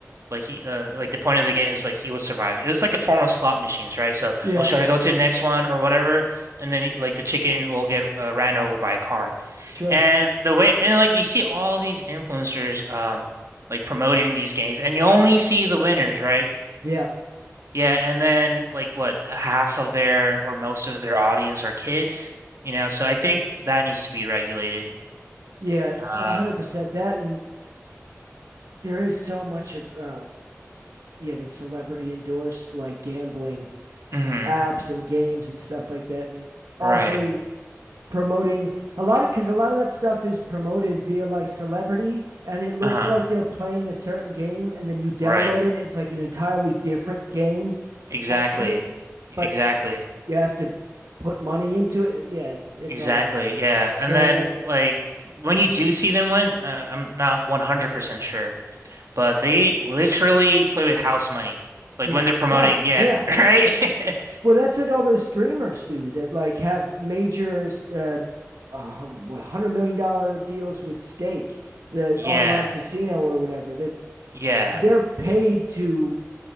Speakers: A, on the right (about 70°); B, on the right (about 85°).
A: like he uh, like the point of the game is like he would survive it was like a form of slot machines right so
B: Yeah,
A: oh should I go to the next one or whatever and then like the chicken will get uh, ran over by a car
B: sure.
A: and the way and like you see all these influencers um like promoting these games and you only see the winners right
B: Yeah.
A: yeah, and then like what, half of their or most of their audience are kids, you know, so I think that needs to be regulated.
B: Yeah,
A: Uh,
B: a hundred percent that, and there is so much of um, yeah, the celebrity endorsed like gambling
A: hmm
B: apps and games and stuff like that, and
A: right.
B: also promoting a lot of because a lot of that stuff is promoted via like celebrity, and it looks
A: Uh-huh.
B: like they're playing a certain game, and then you download
A: Right.
B: it, and it's like an entirely different game functionally,
A: Exactly. Exactly.
B: but you have to put money into it. Yeah, it's
A: Exactly.
B: all
A: Yeah. And
B: very
A: then
B: messy.
A: like when you do see them win, uh, I'm not 100% sure, but they literally play with house money. Like
B: Yes,
A: when they're promoting,
B: right.
A: yeah,
B: Yeah.
A: <laughs> right? <laughs>
B: Well, that's what all those streamers do that like have major uh, uh what one hundred million dollar deals with stake, the
A: Yeah.
B: online casino or whatever. That
A: Yeah.
B: they're they're paid to